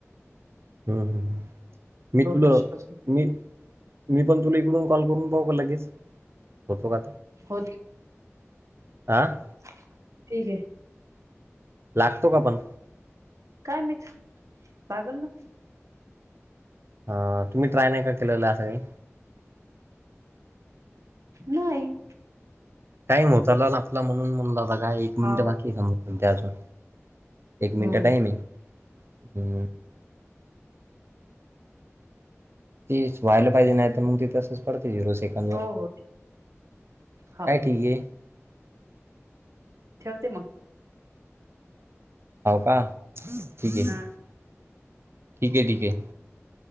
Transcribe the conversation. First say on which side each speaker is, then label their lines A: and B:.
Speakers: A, on the right (about 55°); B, on the right (about 85°).
A: हम्म हम् मी
B: दोन
A: तुला
B: वर्ष अजून
A: मी मी पण तुला इकडून कॉल करून पाहू का लगेच होतो का?
B: हो
A: आह
B: ठीक आहे
A: लागतो का पण
B: काय माहित लागलं ना
A: हा तुम्ही ट्राय नाही का केलेला असेल
B: नाही
A: टाईम होता ना आपला म्हणून म्हणला काय एक
B: हाव
A: मिनिट बाकी सध्या अजून एक मिनिटं
B: हम्म
A: टाईम आहे. हम्म. तेच व्हायला पाहिजे नाही तर मग ती तसच पडते झिरो सेकंद वर
B: हो हो हो
A: काय ठीक आहे
B: ठेवते मग
A: हो का ठीक आहे. ठीक आहे.
B: हा
A: ठीक आहे